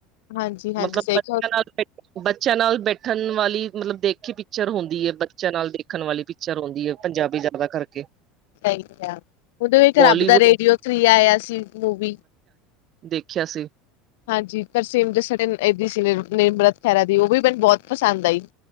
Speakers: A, on the left; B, on the right.
A: ਹਾਂਜੀ-ਹਾਂਜੀ
B: ਮਤਲਬ
A: ਸਹੀ
B: ਬੱਚਿਆਂ
A: ਕਿਹਾ,
B: ਨਾਲ ਬੈਠੇ ਬੱਚਿਆਂ ਨਾਲ ਬੈਠਨ ਵਾਲੀ ਮਤਲਬ ਦੇਖੀ ਪਿਕਚਰ ਹੁੰਦੀ ਐ। ਬੱਚਿਆਂ ਨਾਲ ਦੇਖਣ ਵਾਲੀ ਪਿਕਚਰ ਔਂਦੀ ਐ ਪੰਜਾਬੀ ਜ਼ਾਦਾ ਕਰਕੇ।
A: ਹੈਗੀ ਆ, ਓਦੋਂ ਇੱਕ
B: ਬੋਲੀਵੁੱਡ
A: ਰੱਬ ਦਾ ਰੇਡੀਓ ਥਰੀ ਆਏਆ ਸੀ ਮੂਵੀ।
B: ਦੇਖਿਆ ਸੀ।
A: ਹਾਂਜੀ ਤਰਸੇਮ ਜੱਸੜ ਦੇ ਏਦੀ ਸੀ ਨਿਮਰਤ ਖਹਿਰਾ ਦੀ ਓਵੀ ਮੈਨੂੰ ਬੋਤ ਪਸੰਦ ਆਈ।